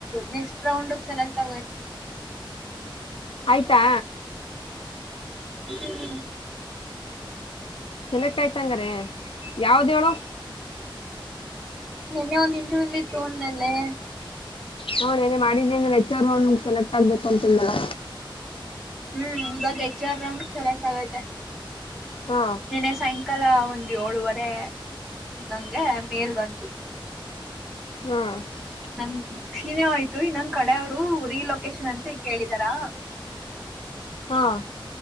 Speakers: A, in the centre; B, on the left (about 85°).
A: ನೆಕಸ್ಟ್ ರೌಂಡ್ ಗೆ ಸೆಲೆಕ್ಟ್ ಆಗೋಯ್ತು
B: ಆಯ್ತಾ
A: ಹ್ಮ್ ಹ್ಮ್
B: ಸೆಲೆಕ್ಟ್ ಆಯ್ತಂಗಾರೆ ಯಾವ್ದ ಹೇಳು
A: ಮೋನ್ನೆ ಒಂದ್ ಇಂಟರ್ವ್ಯೂಲಿ ಇತ್ತುಡ ನಿನ್ನೆ
B: ನೋನ್ ಏನೇ ಮಾಡಿದಿ ಹೆಚ್ಚ ರೌಂಡಗ ಸೆಲೆಕ್ಟ್ ಆಗ್ಬೇಕು ಅಂತ ಎನೀಲ್ಲಲ
A: ಹ್ಮ್ ಇವಾಗ ಹೆಚ್ ಆರ್ ರೌಂಡ್ ಸೆಲೆಕ್ಟ್ ಆಗೈತೆ
B: ಹಾಂ
A: ನಿನ್ನೆ ಸಾಯಂಕಾಲ ಒಂದ್ ಏಳುವರೆ ಅಂಗೆ ಮೇಲ್ ಬಂತು
B: ಹ್ಮ್
A: ನಮ್ಮ ಶೀನೇ ಆಯ್ತು ಇನ್ನೊಂದಂದು ಕಡೆ ಅವ್ರು ರಿಲೊಕೇಶನ್ ಅಂತ ಕೇಳಿದಾರಾ ಹ್ಮ್
B: ಹಾಂ